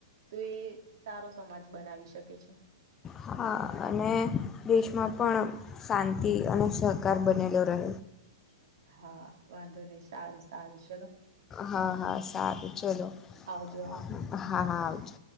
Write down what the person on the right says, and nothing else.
તો એ સારો સમાજ બનાવી શકે છે.
હા, વાંધો નહીં સારું, સારું ચલો.
આવજો આવજો.